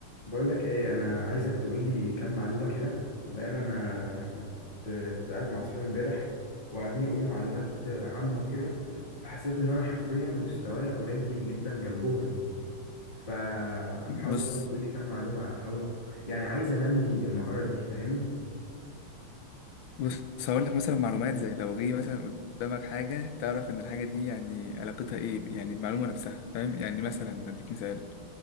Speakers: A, on the left; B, on the left.
A: بقول لك ايه انا عايزك تقول لي كام معلومه كده لان انا كنت كنت قاعد مع اصحابي امبارح وقاعدين يقولوا معلومات عامه وكده فحسيت ان انا حرفيا مستواي قليل جدا جنبهم فحاول
B: بص
A: كده تقول لي كام معلومه احاول يعني عايز انمي المهاره دي فاهمني
B: بص هقول لك مثلا معلومات زي لو جه مثلا قدامك حاجة تعرف إن الحاجة دي يعني علاقتها إيه يعني المعلومة نفسها فاهم يعني مثلا هديك مثال